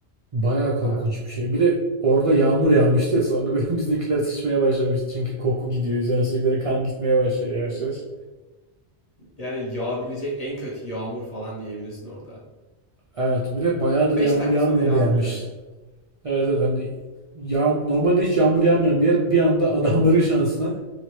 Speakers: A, on the right; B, on the left.
A: Bayağı korkunç
B: Ya-
A: bir şey. Bir de orada yağmur yağmıştı ya sonra <laughs> bir- bizimkiler sıçmaya başlamıştı. Çünkü koku gidiyor. Üzerine sürekli de kan gitmeye başlıyor yavaş yavaş.
B: yani yağabilecek en kötü yağmur falan diyebilirsin orada.
A: Evet bir de bayağıdır
B: Bir 5
A: yağmur
B: dakika
A: yağmayan
B: sonra yağabilir
A: bir yermiş.
B: hani.
A: Evet evet hani yağ, normalde hiç yağmur yağmayan bir yer bir anda <laughs> adamların şansına